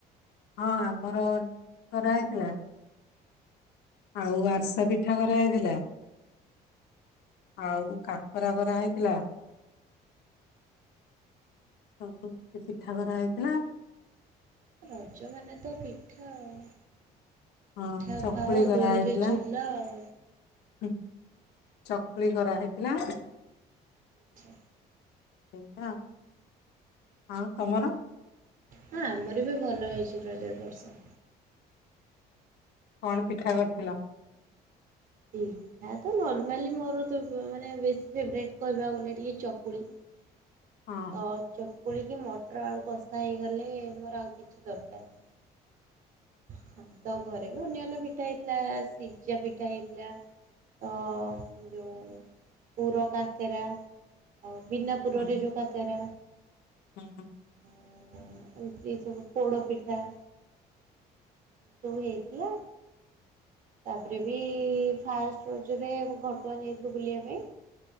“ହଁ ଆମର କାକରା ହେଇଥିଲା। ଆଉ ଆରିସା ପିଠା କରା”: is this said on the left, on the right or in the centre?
Left